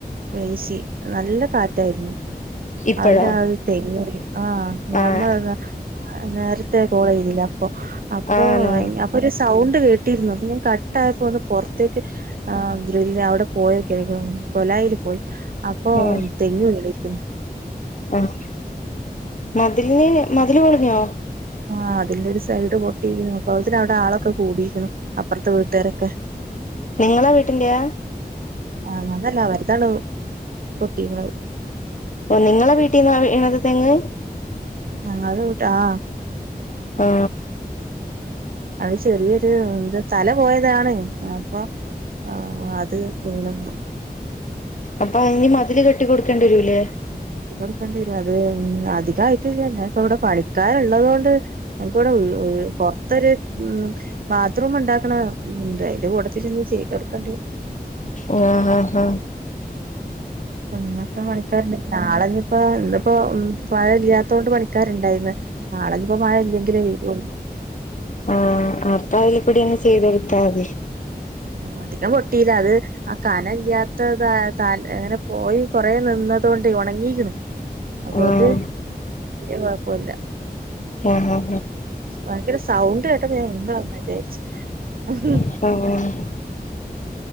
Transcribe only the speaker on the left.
ഇപ്പഴോ
ആഹ്
ആണോ
ഉം
ആഹ് മ മതിലിന് മതില് പൊളിഞ്ഞോ
നിങ്ങള വീട്ടിന്റെയാ
പൊ നിങ്ങളെ വീട്ടീന്നാ വീണത് തെങ്ങ്
ആ
അപ്പൊ അയ്ന് മതില് കെട്ടികൊടുക്കേണ്ടി വരു ഏഹ്
ആ ഹാ ഹാ
ആ അപ്പൊ ഐൽകൂടിയങ്ങ് ചെയ്തൊട്ത്താ മതി
ആഹ്
ആ ആ
ആഹ് ആഹ്